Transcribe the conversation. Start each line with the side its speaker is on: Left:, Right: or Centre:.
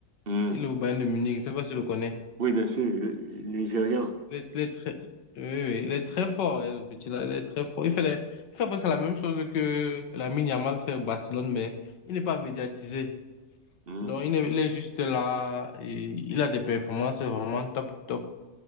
Right: Hmm.
Left: il est au Bayern de Munich, je ne sais pas si tu le connais.
Right: Oui, bien sûr, le, le Nigérian.
Left: Il est, il est très, oui, oui, il est très fort, hein, le petit là, il est très fort. Il fait, les- il fait presque la même chose que Lamine Yamal fait au Barcelone, mais il n'est pas médiatisé.
Right: Mm.
Left: Donc, il est, il est juste là, et il a des performances vraiment top, top.